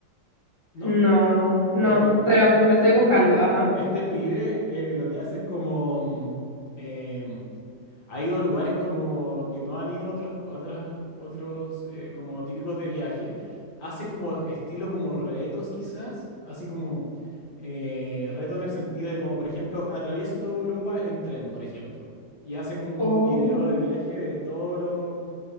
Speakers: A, on the left; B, on the right.
A: ¿no?
B: No, no,
A: Bueno,
B: pero
A: es-
B: lo estoy
A: es-
B: buscando, ajá.
A: este pibe eh, lo que hace es como, mm, em, ha ido a lugares como que no han ido otros, otras, otros eh, como típicos de viaje. Hace como estilo como retos quizás, así como eh, reto en el sentido de como por ejemplo atravieso toda Europa en tren, por ejemplo. Y hace como un
B: Oh,
A: video de viaje de todos los